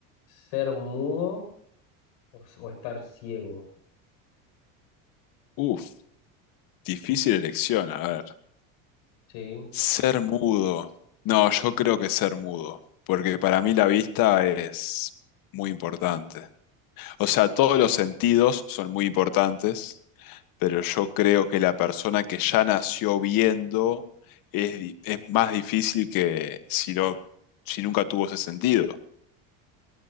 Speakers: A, on the left (about 75°); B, on the left (about 55°).
A: ¿Ser mudo? o, s- o estar ciego,
B: Uf, difícil elección, a ver.
A: ¿sí?
B: Ser mudo. No, yo creo que ser mudo, porque para mí la vista es muy importante. O sea, todos los sentidos son muy importantes, pero yo creo que la persona que ya nació viendo es, di- es más difícil que si no, si nunca tuvo ese sentido.